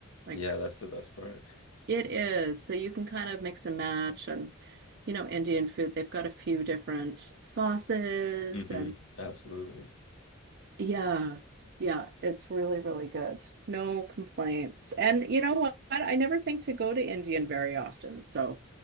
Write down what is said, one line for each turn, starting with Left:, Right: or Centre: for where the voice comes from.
Right: Like
Left: Yeah, that's the best part.
Right: it is. So you can kind of mix and match and you know, Indian food, they've got a few different sauces
Left: hmm
Right: and
Left: Absolutely.
Right: yeah. Yeah, it's really, really good. No complaints. And you know what? I never think to go to Indian very often, so